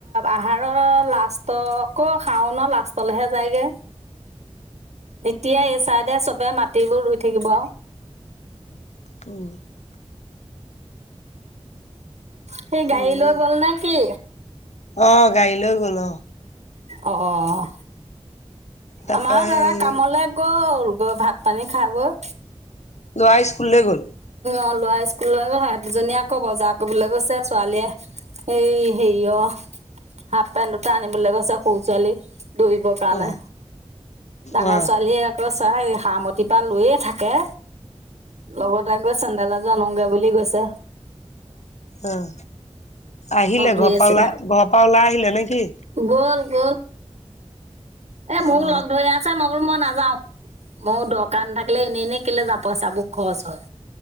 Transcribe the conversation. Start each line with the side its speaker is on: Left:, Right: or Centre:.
Right: আহাৰৰ লাষ্টত অ', আকৌ খাও ন লাষ্টলৈহে যায়গে।
Left: <unintelligible>
Right: এতিয়া এই চাইডে চবে মাটিবোৰ ৰুই থাকিব।
Left: <unintelligible>
Right: সেই গাড়ী
Left: উম
Right: লৈ গ'ল নে কি।
Left: অ', গাড়ী লৈ গ'ল অ',।
Right: অ', অ',।
Left: তাৰপা
Right: আমাৰো দাদা
Left: হেৰি
Right: কামলে গ'ল গৈ ভাত পানী খাই বৈ
Left: ল'ৰা স্কুললৈ গ'ল।
Right: অ লৰা স্কুললৈ সিহতদুজনীয়ে আকৌ বজাৰ কৰিবলৈ গৈছে ছোৱালীয়ে এই হেৰি অ', হাফ পেণ্ট দুটা আনিবলৈ গৈছে সৰু ছোৱালী। দৌৰিবৰ কাৰণে,
Left: অ
Right: ডাঙৰ
Left: অ
Right: ছোৱালীয়ে আকৌ হে সাৰমতি পৰা লৈয়ে থাকে, লগতে গৈ চেন্দেল এজ <unintelligible> বুলি কৈছে।
Left: আহ, আহিলে
Right: ধৰি
Left: ঘৰ
Right: আছিলে
Left: পৰা ওলাই, ঘৰৰ পৰা ওলাই আহিলে নেকি?
Right: গ'ল গ'ল, এ মোক
Left: অ
Right: লগ ধৰি আছে, মই বোলো মই নাযাও। মোৰ দৰকাৰ নাথাকিলে এনেই এনেই কেলে যাও, পইচাবোৰ খৰচ হয়।